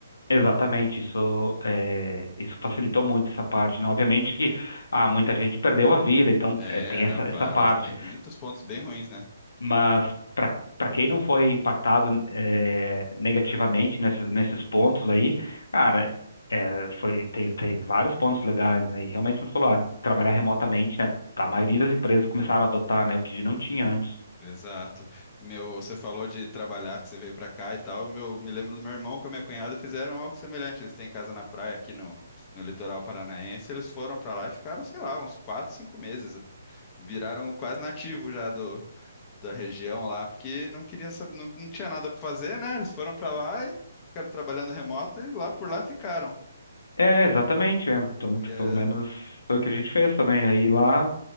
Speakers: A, on the left (about 65°); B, on the left (about 25°).
A: Exatamente, isso, é, isso facilitou muito essa parte, né? Obviamente que ah, muita gente perdeu a vida, então
B: É,
A: é, tem
B: não,
A: essa,
B: claro,
A: essa parte.
B: tem muitos pontos bem ruins, né?
A: Mas para para quem não foi impactado é, negativamente nesses, nesses pontos aí, cara, é, foi tem, tem vários pontos legais, né? E realmente como tu falou, ah, trabalhar remotamente, né? A maioria das empresas começaram a adotar, né? O que não tinha antes.
B: Exato. Meu, você falou de trabalhar, que você veio pra cá e tal. Meu, me lembro do meu irmão com a minha cunhada fizeram algo semelhante. Eles têm casa na praia aqui no, no litoral paranaense. Eles foram pra lá e ficaram, sei lá, uns quatro, cinco meses. Viraram quase nativos já do, da região lá, porque não queria saber, não, não tinha nada pra fazer, né? Eles foram pra lá e ficaram trabalhando remoto e lá por lá ficaram.
A: É, exatamente. é. Então,
B: E
A: tipo,
B: é,
A: pelo menos foi o que a gente fez também. Aí lá